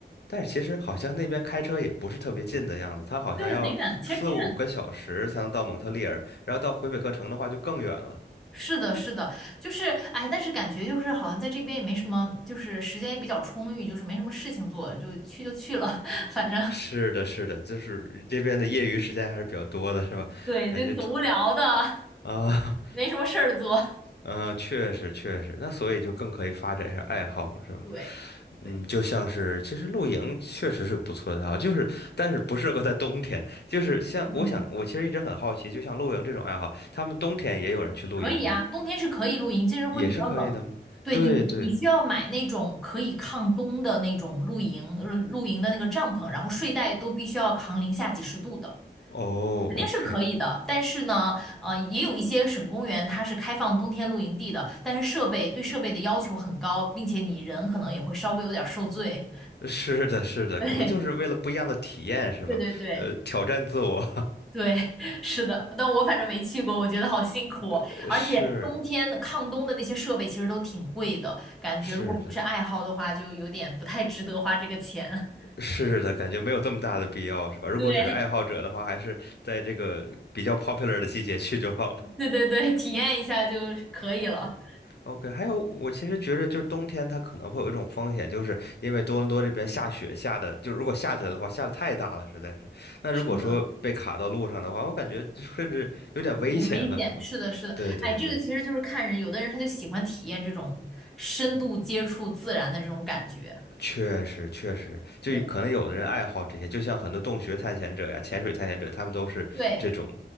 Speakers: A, on the left; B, in the centre.
A: 但是其实好像那边开车也不是特别近的样子，它好像要四五个小时才能到蒙特利尔，
B: 对，很远，其实挺远的。
A: 然后到魁北克城的话就更远了。
B: 是的，是的，就是哎，但是感觉就是好像在这边也没什么，就是时间也比较充裕，就是没什么事情做，就去就去了，<laughs> 反正
A: 是的，是的，就是这边的业余时间还是比较多的，是吧？
B: 对，
A: 感觉这
B: 就挺无聊的，
A: 啊，
B: 没什么事儿做。
A: 嗯、确实确实，那所以就更可以发展一下爱好了，是吧？
B: 对对，
A: 嗯，就像是其实露营确实是个不错的爱好，就是但是不适合在冬天，就是像我想我其实一直很好奇，
B: 嗯。
A: 就像露营这种爱好，他们冬天也有人去露营吗？
B: 可以啊，冬天是可以露营，但是会比较冷。
A: 也是可以的吗？
B: 对你，
A: 对对，
B: 你需要买那种可以抗冬的那种露营，呃露营的那个帐篷，然后睡袋都必须要扛零下几十度的，
A: 哦，OK。
B: 肯定是可以的。但是呢，呃，也有一些省公园它是开放冬天露营地的，但是设备对设备的要求很高，并且你人可能也会稍微有点儿受罪。
A: 是的，是的，
B: <laughs> 对，
A: 可能就是为了不一样的体验，是吧？
B: 对对对。
A: 呃，挑战自我，
B: 对，<laughs> 是的，但我反正没去过，我觉得好辛苦哦，
A: <laughs>
B: 而且冬天抗冬的那些设备其实都挺贵的，
A: 是
B: 感觉如果不是爱好的话，
A: 是的。
B: 就有点不太值得花这个钱。<laughs>
A: 是的，感觉没有这么大的必要，是吧？如果只是爱好者的话，
B: 对，
A: 还是在这个比较 popular 的季节去就好了。
B: 对对对，体验一下就是可以了。
A: OK，还有我其实觉着就是冬天它可能会有一种风险，就是因为多伦多这边下雪下的，就如果下起来的话，下的太大了，实在是。那如果说被卡到路上的话，
B: 是的，
A: 我感觉这甚至有点危险了，
B: 挺危险。
A: 是吧？
B: 是的，是的，
A: 对对对，
B: 哎，这个其实就是看人，有的人他就喜欢体验这种深度接触自然的这种感觉。
A: 确实确实，就可能有的人爱好这些，
B: 对
A: 就像很多洞穴探险者呀、潜水探险者，他们都是这种
B: 对，